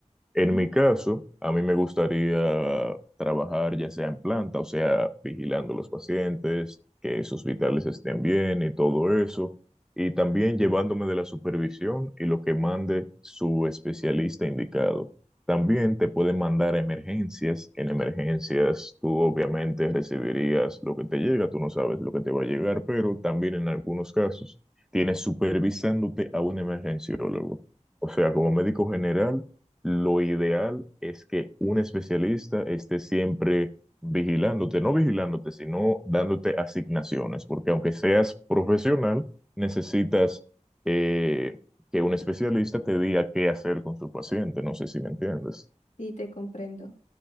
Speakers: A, in the centre; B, on the left (about 75°).
A: En
B: Mm,
A: mi caso, a mí me gustaría trabajar ya sea en planta, o sea, vigilando a los pacientes, que sus vitales estén bien y todo eso, y también llevándome de la supervisión y lo que mande su especialista indicado. También te pueden mandar a emergencias. En emergencias tú obviamente recibirías lo que te llega, tú no sabes lo que te va a llegar, pero también en algunos casos tienes supervisándote a un emergenciólogo. O sea, como médico general, lo ideal es que un especialista esté siempre vigilándote, no vigilándote, sino dándote asignaciones, porque aunque seas profesional, necesitas eh, que un especialista te diga qué hacer con tu paciente, no sé si me entiendes.
B: Sí, te comprendo.